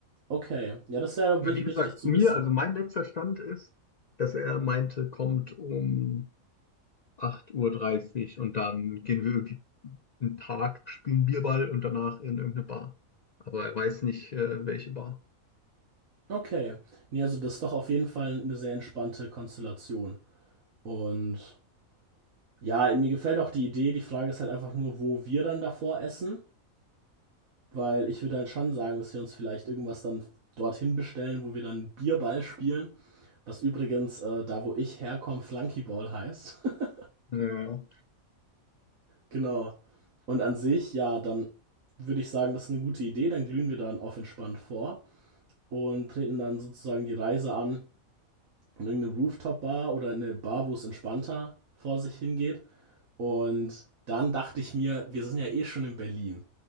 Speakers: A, on the right; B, on the left.
A: Okay, ja, das ist ja
B: Ja,
A: wich-
B: wie
A: wichtig
B: gesagt,
A: zu
B: zu mir,
A: wissen.
B: also mein letzter Stand ist, dass er meinte, kommt um 8.30 Uhr dreißig und dann gehen wir irgendwie in den Park, spielen Bierball und danach in irgendeine Bar. Aber er weiß nicht, äh, welche Bar.
A: Okay. Ne, also das ist doch auf jeden Fall eine sehr entspannte Konstellation. Und ja, mir gefällt auch die Idee. Die Frage ist halt einfach nur, wo wir dann davor essen, weil ich würde halt schon sagen, dass wir uns vielleicht irgendwas dann dorthin bestellen, wo wir dann Bierball spielen, was übrigens, äh, da, wo ich herkomme, Flunkyball heißt. <laughs>
B: Ja,
A: Genau. Und an sich, ja, dann würde ich sagen, das ist eine gute Idee. Dann glühen wir dann auf entspannt vor und treten dann sozusagen die Reise an in irgendeine Rooftop-Bar oder in eine Bar, wo es entspannter vor sich hingeht. Und dann dachte ich mir, wir sind ja eh schon in Berlin.